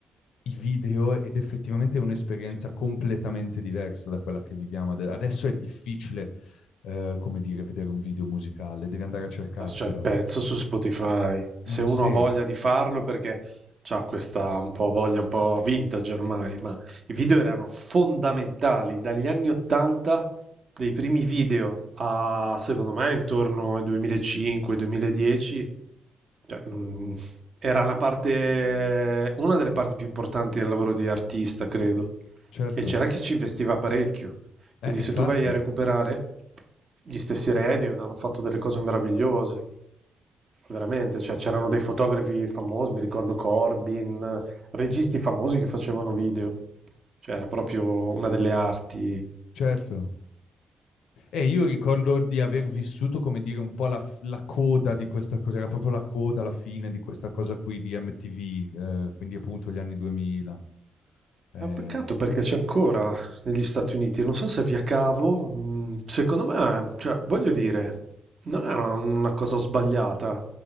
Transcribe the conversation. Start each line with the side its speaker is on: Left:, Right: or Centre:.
Left: i video ed effettivamente è un'esperienza
Right: Sì.
Left: completamente diversa da quella che viviamo ade- adesso. è difficile, eh, come dire, vedere un video musicale, devi andare a cercartelo.
Right: Ah, C'è il pezzo su Spotify. Se
Left: Eh
Right: uno
Left: sì,
Right: ha voglia di farlo, perché c'ha questa un po' voglia un po' vintage ormai, ma i video erano fondamentali dagli anni 80, dei primi video a secondo me intorno ai 2005-2010. Cioè, non- era la parte, una delle parti più importanti del lavoro di artista, credo.
Left: certo.
Right: E c'era chi ci investiva parecchio.
Left: Eh,
Right: Quindi
Left: infatti,
Right: se tu vai a recuperare gli stessi Radiohead hanno fatto delle cose meravigliose, veramente, cioè c'erano dei fotografi famosi, mi ricordo Corbin, registi famosi che facevano video, cioè era proprio una delle arti.
Left: certo. E io ricordo di aver vissuto, come dire, un po' la, la coda di questa cosa, era proprio la coda, la fine di questa cosa qui di MTV, eh, quindi appunto gli anni 2000. Eh,
Right: È un peccato perché
Left: sì.
Right: c'è ancora negli Stati Uniti, non so se via cavo, mh, secondo me, cioè, voglio dire, non è una, una cosa sbagliata,